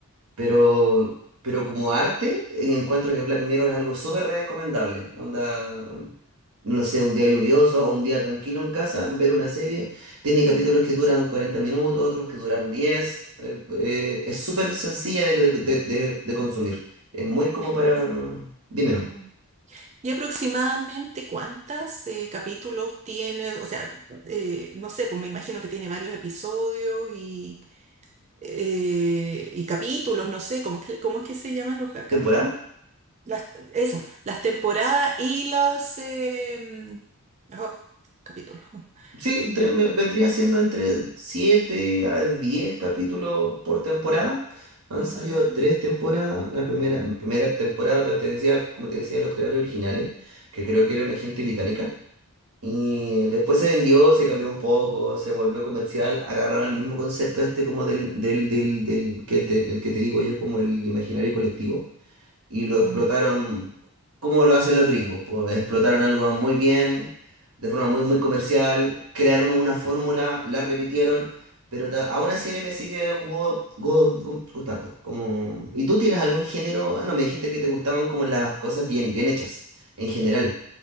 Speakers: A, on the right (about 70°); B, on the right (about 30°).
A: Pero, pero como arte, encuentro que Black Mirror es algo súper recomendable. Onda, no sé, un día lluvioso o un día tranquilo en casa, ver una serie. Tiene capítulos que duran 40 minutos, otros que duran diez eh, eh, es súper sencilla de, de- de- de- de consumir. Es muy como para...
B: Y,
A: Dime,
B: mm,
A: ¿no?
B: ¿y aproximadamente cuántos capítulos tiene? O sea, eh, no sé, pues me imagino que tiene varios episodios y, eh, y capítulos, no sé, ¿cómo es que, cómo es que se llaman los ca- capítulos?
A: ¿Temporada?
B: Las, eso, las temporadas y los em, oh, capítulos. <laughs>
A: Sí,
B: Se me
A: te-
B: olvidó.
A: ve- vendría siendo entre 7 a 10 capítulos por temporada. Han
B: Mm,
A: salido
B: Ya.
A: tres temporadas. La primera, la primera temporada pertenecía, como te decía, a los creadores originales, que creo que era una gente británica. Y después se vendió, se cambió un poco, se volvió comercial. Agarraron el mismo concepto este como del, del, del, del que, el te- el que te digo yo, como el imaginario colectivo y lo
B: Mm.
A: explotaron como lo hacen los gringos. Pues explotaron algo muy bien, de forma muy, muy comercial, crearon una fórmula, la repitieron, pero ta- aún así a mí me sigue gu- gu- gu- gustando. Como... ¿Y tú tienes algún género? Ah, no, me dijiste que te gustaban como las cosas bien, bien hechas, en general.